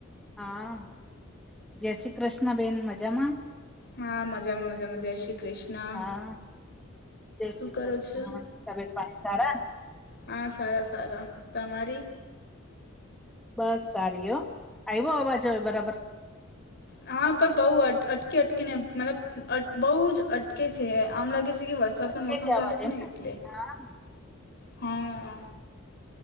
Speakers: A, in the centre; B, on the left.
A: હા જય શ્રી કૃષ્ણ બેન મજામાં.?
B: હા મજામાં મજા મજા શ્રી કૃષ્ણ.
A: હા તબિયત
B: શું કરો છો
A: પાણી સારા.?
B: હા સારા સારા તમારી.?
A: બસ સારી હો, આવ્યો અવાજો હવે બરાબર.?
B: હા પણ બઉ અટકી અટકીને મતલબ બહુ જ અટકે છે આમ લાગે છે કે વરસાદ.
A: અટકે
B: તો મોસમ ચાલે
A: અવાજ
B: છે
A: એમ
B: ને એટલે
A: હા
B: હા.